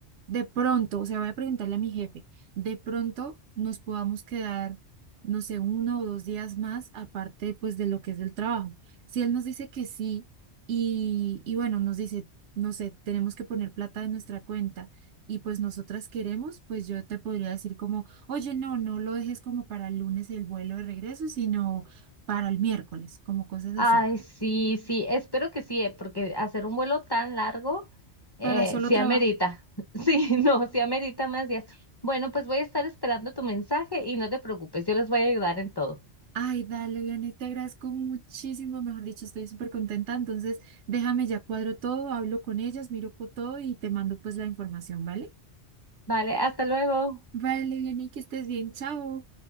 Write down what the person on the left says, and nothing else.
Ay,
sí, sí, espero que sí, eh, porque hacer un vuelo tan largo eh,
sí
amerita, <laughs> sí, no, sí amerita más días. Bueno, pues voy a estar esperando tu mensaje y no te preocupes, yo les voy a ayudar en todo.
Vale, hasta luego.